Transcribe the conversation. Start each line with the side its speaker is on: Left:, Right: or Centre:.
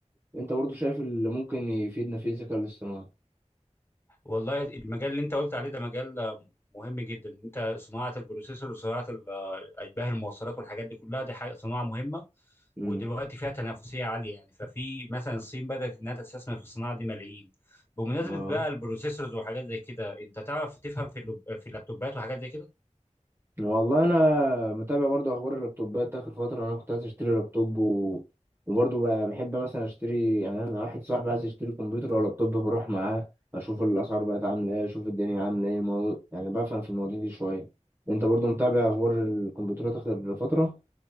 Right: انت برضو شايف اللي ممكن يفيدنا في الذكاء الاصطناعي
Left: والله المجال اللي انت قلت عليه ده مجال مهم جدا انت صناعه البروسيسور وصناعه ال- اشباه المواصلات والحاجات دي كلها دي حاجه صناعه مهمه
Right: امم
Left: ودلوقتي فيها تنافسيه عاليه يعني ففي مثلا الصين بدات انها تستثمر في الصناعه دي ملايين بمناسبه
Right: اه
Left: بقى البروسيسورز وحاجات زي كده انت تعرف تفهم في اللب... في اللابتوبات وحاجات زي كده
Right: والله انا متابع برضو اخبار اللابتوبات اخر فتره انا كنت عايز اشتري لابتوب و... وبرضو ب- بحب مثلا اشتري يعني انا واحد صاحبي عايز يشتري كمبيوتر او لابتوب بروح معاه اشوف الاسعار بقت عامله ايه اشوف الدنيا عامله ايه موضوع... يعني بفهم في المواضيع دي شويه انت برضو متابع اخبار الكمبيوترات اخر فتره